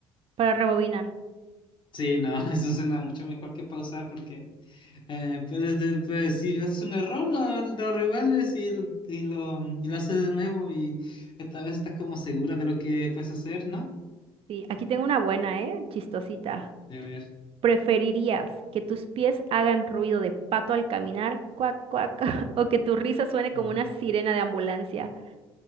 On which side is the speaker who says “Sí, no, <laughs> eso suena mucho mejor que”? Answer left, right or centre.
Left